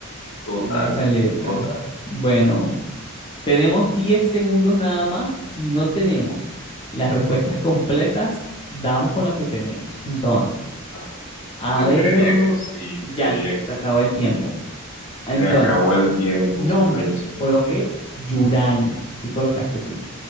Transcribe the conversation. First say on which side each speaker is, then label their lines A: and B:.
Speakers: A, on the left; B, on the left.
A: Total,
B: con esa letra.
A: total.
B: Bueno, tenemos 10 segundos nada más. Si no tenemos las respuestas completas, damos con lo que tenemos. Entonces.
A: Ay,
B: A
A: Yo
B: ver,
A: creería que sí,
B: ya
A: creería
B: listo,
A: que
B: se acabó el tiempo. Entonces,
A: se acabó el tiempo,
B: nombre,
A: señora y señores.
B: coloqué Yurani. ¿Qué colocaste tú?